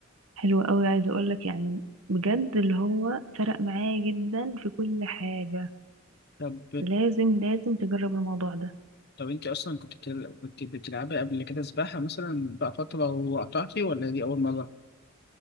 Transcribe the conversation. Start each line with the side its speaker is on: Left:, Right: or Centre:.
Right: حلو قوي عايزه اقول لك يعني بجد اللي هو فرق معايا جدا في كل حاجه
Left: طب
Right: لازم لازم تجرب الموضوع ده
Left: طب انت اصلا كنت بتل... كنت بتلعبي قبل كده سباحه مثلا بقى فتره وقطعتي ولا دي اول مره